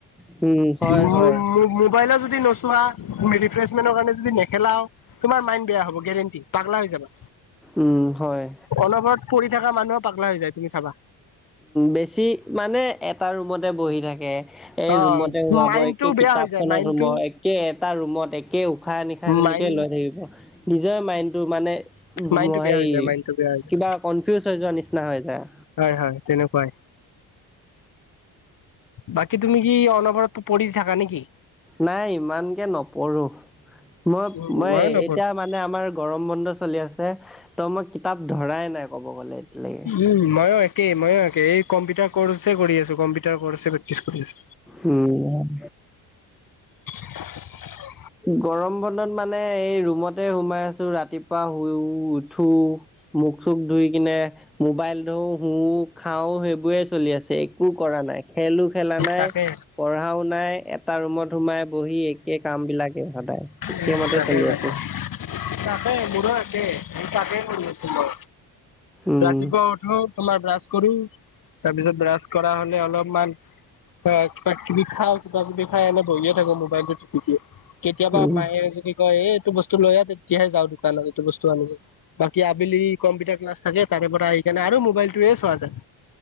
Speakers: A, in the centre; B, on the left (about 45°).
A: উম হয়
B: মো
A: হয়
B: মো মোবাইলো যদি নোচোৱা, তুমি ৰিফ্ৰেচমেন্টৰ কাৰণে যদি নেখেলাও। তোমাৰ মাইণ্ড বেয়া হ'ব গেৰেণ্টি পাগলা হৈ যাবা।
A: উম হয়
B: অনবৰত পঢ়ি থকা মানুহো পাগলা হৈ যায়, তুমি চাবা।
A: বেছি মানে এটা ৰুমতে বহি থাকে। এই
B: অ
A: ৰুমতে সোমাব,
B: মাইণ্ডটো
A: একে
B: বেয়া
A: কিতাপখনত
B: হৈ যায় মাইণ্ডটো
A: সোমাব, একে এটা ৰুমত একে উশাহ নিশা -হ খিনিকে
B: মাইণ্ড
A: লৈ থাকিব। নিজৰে মাইণ্ডটো মানে,
B: মাইণ্ডটো বেয়া
A: হেৰি
B: হৈ যায় মাইণ্ডটো বেয়া হৈ যায়
A: কিবা কনফিউজ হৈ যোৱাৰ নিচিনা হৈ যায়।
B: হয় হয় তেনেকুৱাই। বাকী তুমি কি অনবৰত পঢ়ি থাকা নেকি?
A: নাই ইমানকে নপঢ়ো, মই
B: উম
A: মই
B: ময়ো নপঢ়ো
A: এতিয়া মানে আমাৰ গৰম বন্ধ চলি আছে। ত' মই কিতাপ ধৰাই নাই ক'ব গ'লে। এতিয়ালৈকে।
B: উম ময়ো একেই ময়ো একেই এই কম্পিউটাৰ কৰ্ছে কৰি আছো। কম্পিউটাৰ কৰ্ছে প্ৰেক্টিচ কৰি আছো।
A: উম।
B: <inaudible>
A: গৰম বন্ধত মানে, এই ৰুমতে সোমাই আছো ৰাতিপুৱা শুই উঠো। মুখ চুখ ধুই কিনে, মোবাইল ধৰো শুও খাও সেইবোৰে। চলি আছে, একো কৰা নাই খেলো খেলা নাই
B: তাকে
A: পঢ়াও নাই। এটা ৰুমত সোমাই, কৰি, একে কাম বিলাকে সদায়। একেমতে
B: উম তাকে
A: চলি
B: তাকে,
A: আছে
B: তাকে মোৰো একে তাকে কৰি আছো মইয়ো।
A: উম
B: ৰাতিপুৱা উঠো, তোমাৰ ব্ৰাছ কৰো। তাৰপিছত ব্ৰাছ কৰা হলে অলপমান, কিবা কিবি খাওঁ কিবা কিবি খাই। এনেই বহিয়ে থাকো মোবাইলটো টিপি টিপি। কেতিয়াবা
A: উম
B: মায়ে যদি কয়, এই এইটো বস্তু লৈ আহ তেতিয়াহে যাওঁ দোকানত এইটো বস্তু আনিবলে। বাকী আবেলি কম্পিউটাৰ ক্লাছ থাকে তাৰে পৰা আহি কিনে আৰু মোবাইলটো চোৱা যায়।